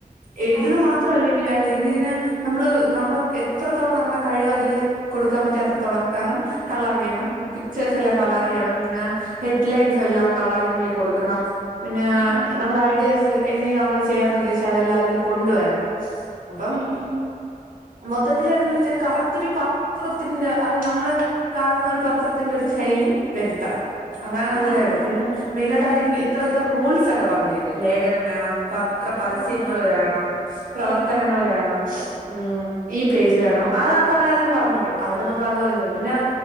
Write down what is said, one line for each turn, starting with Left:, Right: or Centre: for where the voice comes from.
Right: എഴുതുക
Left: ആഹ് ആഹ്
Right: മാത്രല്ല ഇനി വേണ്ടെ ഇനി ഇതിന് നമ്മള് നമ്മളെ എത്രത്തോളം നമ്മുടെ കഴിവ് അതില് കൊടുക്കാം പറ്റ അത്രത്തോളം കാരണം കളറെയ്യണം പിക്ചേഴ്സെല്ലാം കളറിയ്യണം
Left: ആഹ്
Right: പിന്നെ ഹെഡ്ലൈൻസെല്ലാം കളറിങ്ങില് കൊടുക്കണം പിന്നെ
Left: ഉം ഉം
Right: നമ്മുടെ ഐഡിയാസ് എങ്ങനെങ്കിലും നമ്മള് ചെയ്യാന്ന് ഉദ്ദേശിച്ചാ അതെല്ലാതില് കൊണ്ടുവരണം. അപ്പം
Left: ഉം ഉം
Right: മൊത്തത്തില് അതിനൊരു ചെ കറക്റ്റൊരു പത്രത്തിന്റെ അതായത് നമ്മള് കാണുന്നൊരു പത്ര ത്തിന്റൊരു ശൈലി വെരുത്തണം. അതാണതില്
Left: ആഹ്
Right: വേണ്ടത്.
Left: ആഹ്
Right: പിന്നെ
Left: ആഹ്
Right: മെയ്നായിട്ട അത്രത്ര റൂൾസൊക്കെ പറഞ്ഞിരിക്കും ലേഖനം വേണം, പത്രപരസ്യങ്ങള്
Left: ആഹ് ആഹ്
Right: വേണം, പ്രവർത്തനങ്ങള്
Left: വര് ആഹ് ആഹ്
Right: വേണം, ഉം ഈ പേജ് വേണം അതൊക്കെ അവരതില്
Left: ആഹ്
Right: പറഞ്ഞിക്കും. അ തൊക്കെ നമ്മളതുപോലെ ചെയ്യണം. പിന്നെ